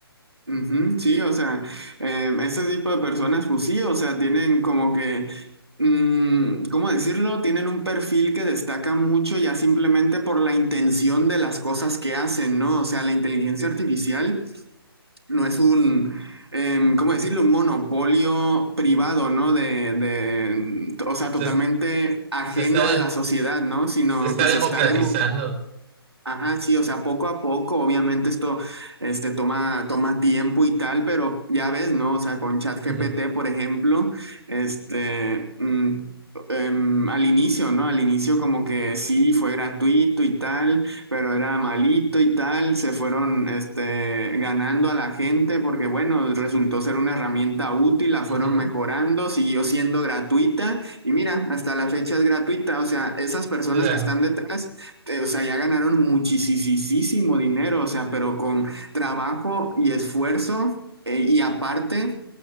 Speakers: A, on the right; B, on the right.
A: Ujú, sí, o sea, em, ese tipo de personas, pues sí, o sea, tienen como que, mm, ¿cómo decirlo? Tienen un perfil que destaca mucho ya simplemente por la intención de las cosas que hacen, ¿no? O sea, la inteligencia artificial no es un, em, ¿cómo decirlo? Un monopolio privado, ¿no? De, de, o sea, totalmente
B: Se, es-
A: ajeno
B: se está, de-
A: a la sociedad,
B: se,
A: ¿no? Sino
B: se está
A: que se
B: democratizando.
A: está demo- Ajá, sí, o sea, poco a poco, obviamente esto este, toma, toma tiempo y tal, pero ya ves, ¿no? O sea, con ChatGPT,
B: Ujú,
A: por ejemplo, este, mm, em, al inicio, ¿no? Al inicio como que sí, fue gratuito y tal, pero era malito y tal, se fueron, este, ganando a la gente porque, bueno, resultó ser una herramienta útil, la fueron
B: ujú,
A: mejorando, siguió siendo gratuita y mira, hasta la fecha es gratuita, o sea, esas personas
B: Claro,
A: que están detrás eh, o sea, ya ganaron muchísimo dinero, o sea, pero con trabajo y esfuerzo eh, y aparte